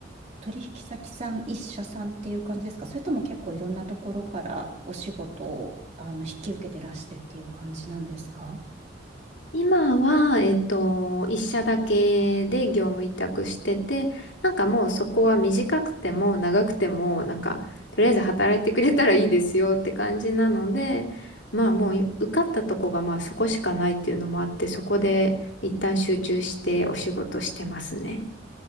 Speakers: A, on the right (about 35°); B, on the left (about 75°).
A: 取引先さん、一社さんっていう感じですか、それとも結構いろんなところからお仕事を、あの、引き受けてらしてっていう感じなんですか
B: 今は、えっと、一社だけで業務委託してて、なんかもうそこは短くても長くても、なんか、とりあえず働いてくれたらいいですよって感じなので、まあもうい受かったとこがまあそこしかないっていうのもあって、そこで一旦集中してお仕事してますね。